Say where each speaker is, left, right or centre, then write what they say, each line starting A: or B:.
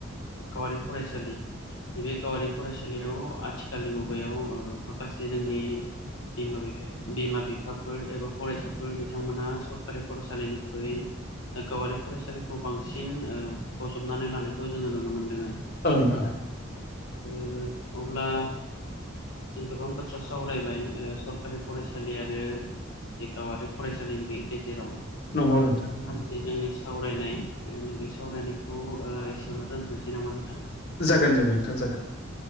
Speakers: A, on the left; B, on the left.
A: गावारि फरायसालि नैबे गावारि फरायसालियाव आथिखालनि मुगायाव माखासे जोंनि बिमा बिफाया बिमा बिफाफोर एबा फरायसाफोर बिथांमोना सरकारि फरायसालिनिख्रुइ गावारि फरायसालिखौ बांसिन ओ बजबनानै लानायखौ जोङो नुनो मोनदों।
B: ओं ओं।
A: उम अब्ला जों गोबां बाथ्रा सावरायबाय ओ सरकारि फरायसालि आरो बे गावारि फरायसालिनि गेजेराव।
B: नंगौ नोंथां ओं
A: जि जोंनि सावरायनाय नैबे सावरायनायखौ ओ एसेयावनो दोनथ'नोसै नामा नोंथां?
B: जागोन दे नोंथां जागोन।